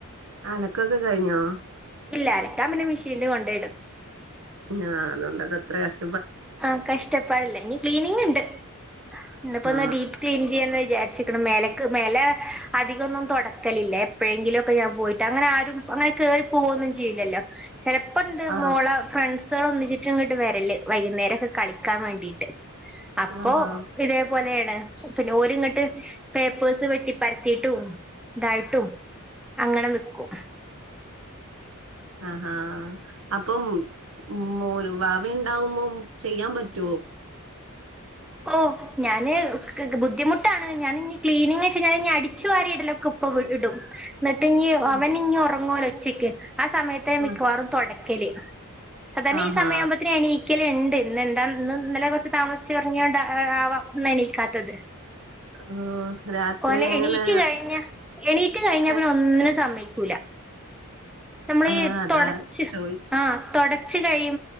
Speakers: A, on the right; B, in the centre.
A: അലക്കൊക്കെ കഴിഞ്ഞോ
B: ഇല്ല അലക്കാൻ പിന്നെ മെഷീനില് കൊണ്ടോയിടും
A: ആഹ് അതുകൊണ്ട് അതത്ര കഷ്ട
B: ആഹ് കഷ്ടപ്പാടില്ല ഇനി ക്ലീനിങ്ണ്ട്. ഇന്ന്പ്പോ
A: ആ
B: ഒന്ന് ഡീപ്പ് ക്ലീൻ ചെയ്യാന്ന് വിചാരിച്ച് ക്ക്ണ് മേലെക്ക് മേലെ അധികൊന്നും തുടക്കലില്ല എപ്പഴെങ്കിലും ഒക്കെ ഞാൻ പോയിട്ട് അങ്ങനെ ആരും അങ്ങനെ കേറി പോവൊന്നും ചെയ്യില്ലല്ലോ ചെലപ്പോ ഇന്റെ
A: ആ
B: മോളെ ഫ്രണ്ട്സുകൾ ഒന്നിച്ചിട്ട് ഇങ്ങട്ട് വരല് വൈകുന്നേരൊക്കെ കളിക്കാൻ വേണ്ടീട്ട് അപ്പൊ
A: ആഹാ
B: ഇതേപോലെ പിന്നെ ഓല്ങ്ങട്ട് പേപ്പേഴ്സ് വെട്ടി പരത്തീട്ടും ഇതായിട്ടും അങ്ങനെ നിക്കും
A: ആഹ് ഹാ അപ്പം മോനും വാവേം ഇണ്ടാവുമ്പോ ചെയ്യാൻ പറ്റോ
B: ഓ ഞാന് ബുദ്ധിമുട്ടാണ് ഞാനിനി ക്ലീനിങ്ങ് വെച്ച് കഴിഞ്ഞാല് ഇനി അടിച്ചു വാരി ഇടലൊക്കെ ഇപ്പൊ ഇടും എന്നിട്ട് ഞ്ഞി
A: ഉം
B: അവനിഞ്ഞി ഒറങ്ങോലോ ഉച്ചയ്ക്ക് ആ സമയത്തെ ഞാൻ മിക്കവാറും
A: ആ
B: തുടയ്ക്കല് അതന്നെ
A: ആഹാ
B: ഈ സമയാകുമ്പത്തിന് എണീ ഒരിക്കല ഉണ്ട് ഇന്ന് എന്താ ഇന്ന് ഇന്നലെ കുറച്ച് താമസിച്ചച്ച് പറഞ്ഞ കൊണ്ട് ആവാം എനീക്കാത്തത്
A: ഓ രാത്രി
B: ഓന
A: എങ്ങനെ
B: എണീറ്റ് കഴിഞ്ഞ എണീറ്റ് കഴിഞ്ഞ
A: ക-
B: പിന്നെ ഒന്നിനന് സമ്മക്ക നമ്മള്
A: ആ
B: ഈ
A: അതാ
B: തുടച്ച്
A: ചോദിച്ചെ
B: ആ തുടച്ച് കഴിയാ